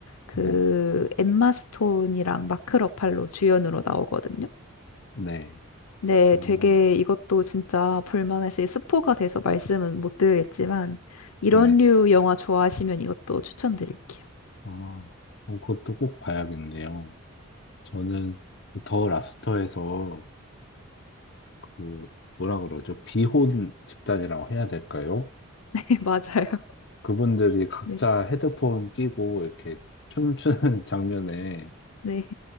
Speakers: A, on the left; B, on the left.
A: 그
B: 네.
A: 엠마 스톤이랑 마크 러팔로 주연으로 나오거든요.
B: 네.
A: 네,
B: 어,
A: 되게 이것도 진짜 볼만하실 스포가 돼서 말씀은 못 드리겠지만 이런
B: 네.
A: 류 영화 좋아하시면 이것도 추천드릴게요.
B: 아, 어, 그것도 꼭 봐야겠네요. 저는 그더 랍스터에서 그 뭐라 그러죠? 비혼 집단이라고 해야 될까요?
A: <laughs> 네, 맞아요.
B: 그분들이 각자
A: 네,
B: 헤드폰 끼고 이렇게 춤추는 <laughs> 장면에
A: 네,